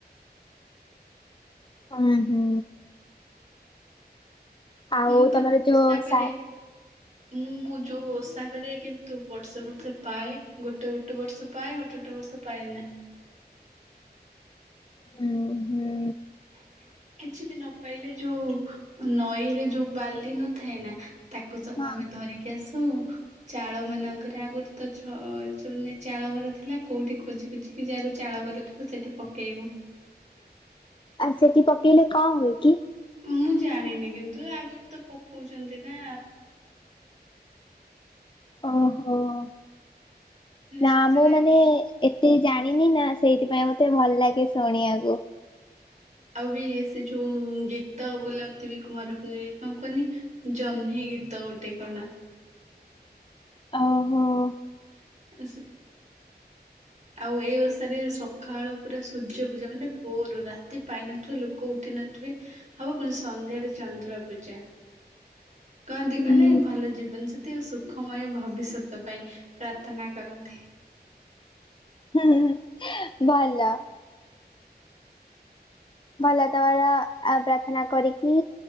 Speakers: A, on the left; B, on the right.
A: ଅମ୍ ହୁଁ ଆଉ
B: ମୁଁ ତ
A: ତମର
B: ଓଷା
A: ଯୋଉ
B: କରେ,
A: ସା
B: ମୁଁ ଯୋଉ ଓଷା କରେ କିନ୍ତୁ ବର୍ଷେ ବର୍ଷେ ପାଏ ଗୋଟେ ଗୋଟେ ବର୍ଷ ପାଏ ଗୋଟେ ଗୋଟେ ବର୍ଷ ପାଏନା।
A: ହୁଁ ହୁଁ
B: <inaudible> କିଛି ବି ନ ପାଇଲେ ଯୋଉ ନଈରେ ଯୋଉ ବାଲି ନଥାଏ ନା। ତାକୁ ସବୁ
A: ହଁ।
B: ଆମେ ଧରିକି ଆସୁ। ଚାଳ ମାନଙ୍କରେ ଆଗରୁ ତ ଛ ଯୋଉ ଚାଳ ଘର ଥିଲା, କୋଉଠି ଖୋଜି ଖୋଜିିକି ଯାହାର ଚାଳ ଘର ଥିବ ସେଠି ପକେଇବୁ।
A: ଆଉ ସେଠି ପକେଇଲେ କଣ ହୁଏ କି?
B: ମୁଁ ଜାଣିନି କିନ୍ତୁ ଆଗରୁ ତ ପକଉଛନ୍ତି ନା
A: ଓହୋଃ ନା
B: ସେଥିରେ
A: ମୁଁ ମାନେ ଏତେ ଜାଣି ନିନା ସେଇଥିପାଇଁ ମତେ ଭଲ ଲାଗେ ଶୁଣିବାକୁ।
B: ଆଉ ବି ସେ ଯୋଉ ଗୀତ ବୋଲନ୍ତି ବି କୁଆଁର ପୁନେଇଁ କଣ କୁହନି ଜହ୍ନି ଗୀତ ଗୋଟେ କଣ।
A: ଓହୋଃ।
B: <unintelligible> ଆଉ ଏଇ ଓଷାରେ ସକାଳ ପୁରା ସୂର୍ଯ୍ୟ ପୂଜା ମାନେ ଭୋରରୁ ରାତି ପାଇ ନଥିବ ଲୋକ ଉଠି ନଥିବେ ହବ ସନ୍ଧ୍ୟାରେ ଚନ୍ଦ୍ର ପୂଜା। କହନ୍ତି
A: ହୁଁ
B: କନି ଭଲ ଜୀବନ ସାଥୀ ଆଉ ସୁଖମୟ ଭ ଭବିଷ୍ୟତ ପାଇଁ। ପ୍ରାର୍ଥନା କରନ୍ତି।
A: ହୁଁ ହୁଁ ହୁଁ ଭଲ। ଭଲ ତମର ପ୍ରାର୍ଥନା ଆ କରିକି